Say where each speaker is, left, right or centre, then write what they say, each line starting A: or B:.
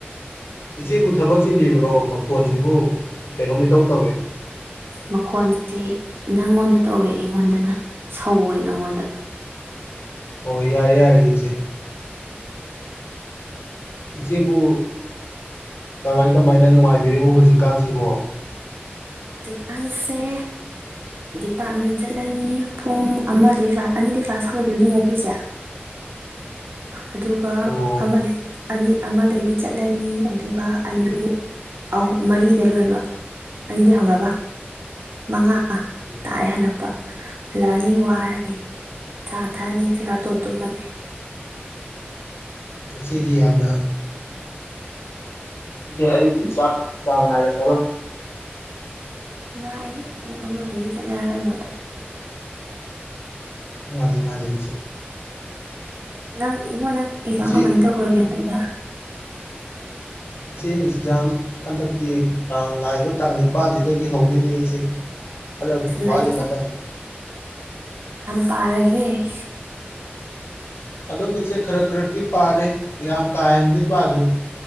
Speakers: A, on the left; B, on the right.
A: ꯏꯆꯦꯕꯨ ꯊꯕꯛ ꯆꯤꯟꯕꯤꯕ꯭ꯔꯣ ꯃꯈꯣꯟꯁꯤꯕꯨ ꯀꯩꯅꯣꯃꯤꯇꯧ ꯇꯧꯏꯤ
B: ꯃꯈꯣꯟꯗꯤ ꯅꯪꯉꯣꯟꯗ ꯇꯧꯋꯦ ꯑꯩꯉꯣꯟꯗꯅ ꯁꯧꯋꯦ ꯅꯪꯉꯣꯟꯗ
A: ꯑꯣ ꯌꯥꯔꯦ ꯌꯥꯔ ꯏꯆꯦ ꯏꯆꯦꯕꯨ ꯀꯃꯥꯏ ꯀꯃꯥꯏꯅ ꯅꯨꯡꯉꯥꯏꯕꯤꯔꯤꯕ ꯍꯧꯖꯤꯛꯀꯥꯟꯁꯤꯕꯣ
B: ꯖꯤꯀꯥꯡꯁꯦ ꯗꯤꯄꯥꯔꯠꯃꯦꯟ ꯆꯠꯂꯅꯤ ꯄꯨꯡ ꯑꯃ ꯀ꯭ꯂ ꯑꯅꯤꯗꯤ ꯀ꯭ꯂꯥꯁ ꯍꯥꯄꯤꯕꯨꯡꯉꯣ ꯑꯩꯈꯣꯏꯁꯦ ꯑꯗꯨꯒ
A: ꯑꯣ
B: ꯑꯃꯗꯤ ꯑꯅꯤ ꯑꯃꯗꯒꯤ ꯆꯠꯂꯅꯤ ꯑꯗꯨꯒ ꯑ ꯑꯨꯝ ꯃꯔꯤꯗ ꯂꯣꯏꯕ ꯑꯅꯤꯗ ꯍꯧꯧꯔꯒ ꯃꯉꯥ
A: ꯎꯝ,
B: ꯇꯥꯔꯦ ꯍꯜꯂꯛꯄ ꯍꯜꯂꯛꯑꯅꯤ ꯋꯥꯔꯅꯤ ꯆꯥ ꯊꯛꯑꯅꯤ ꯆꯀꯥ ꯇꯣꯠ ꯇꯨꯝꯃꯅꯤ
A: ꯏꯆꯦꯗꯤ ꯌꯥꯝꯅ ꯏꯦ ꯑꯌꯨꯛꯀꯤ ꯆꯥꯛꯗꯥꯡꯅꯥꯏꯔꯝꯃꯔꯣꯏ
B: ꯅꯩꯏꯍꯦꯛ ꯄꯨꯡ ꯑꯃꯗꯒꯤ ꯆꯠꯂꯦ ꯍꯥꯏꯔꯒ
A: ꯃꯥꯅꯤ ꯃꯥꯅꯤꯦ
B: ꯅꯪ ꯏꯕꯨꯅꯟꯅꯨ ꯅꯪ ꯏꯖꯝ
A: ꯏꯆꯦ
B: ꯀꯃꯥꯏ ꯇꯧ ꯍꯟꯗꯛꯅꯦ
A: ꯏꯆꯦ ꯑꯦꯛꯖꯥꯝ ꯍꯟꯗꯛꯇꯤ ꯇꯥꯡ ꯂꯥꯛꯏꯕ ꯇꯥꯡ ꯅꯤꯄꯥꯜꯁꯤꯗꯒꯤ ꯍꯧꯗꯣꯏꯅꯦ ꯏꯆꯦ ꯈꯂꯔꯕꯨꯗꯤ ꯋꯥꯦꯃꯇ
B: ꯂꯥꯏꯔꯤꯛ ꯀꯌꯥꯝ ꯄꯔꯒꯦ
A: ꯑꯗꯨꯝ ꯏꯆꯦ ꯈꯔ ꯈꯔꯛꯇꯤ ꯄꯥꯔꯦ ꯌꯥꯝ ꯀꯥꯍꯦꯟꯅꯗꯤ ꯄꯥꯗ꯭ꯔꯤ